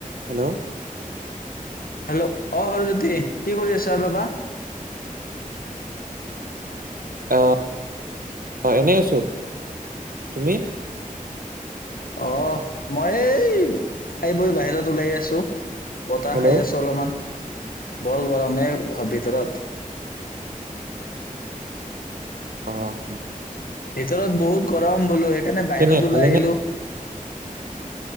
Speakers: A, on the right; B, on the left.
A: হেল্ল',
B: হেল্ল', অ', হৰজ্যোতি কি কৰি আছা বাবা?
A: অহ- অহ এনেই আছো তুমি?
B: অহ, মই এই খাই বৈ বাহিৰত ওলাই আছো। বতাহ
A: হেল্ল'
B: খাই আছো অলপমান। বৰ গৰমে ভিতৰত।
A: অহ, '
B: ভিতৰত বহুত, - গৰম বোলো সেইকাৰণে বাহিৰত
A: কেনে
B: ওলাই
A: ভালেনে?
B: আহিলো।